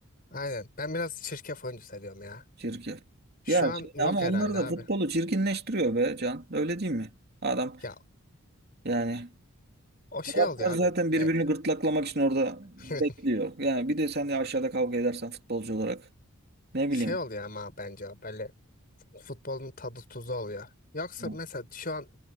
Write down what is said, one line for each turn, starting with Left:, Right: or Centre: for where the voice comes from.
Left: aynen ben biraz çirkef oyuncu seviyorum ya.
Right: Çirkin.
Left: Şu
Right: Ya
Left: an
Right: şimdi
Left: yok
Right: ama onlar
Left: herhalde
Right: da
Left: abi.
Right: futbolu çirkinleştiriyor be Can. Öyle değil mi? Adam
Left: Ya
Right: yani
Left: o şey
Right: taraftar
Left: oluyor abi.
Right: zaten birbirini
Left: E,
Right: gırtlaklamak için orada bekliyor.
Left: <laughs>
Right: Yani bir de sen de aşağıda kavga edersen futbolcu olarak ne
Left: şey
Right: bileyim.
Left: oluyor ama bence o böyle futbolun tadı tuzu oluyor. Yoksa
Right: Hı
Left: mesela şu an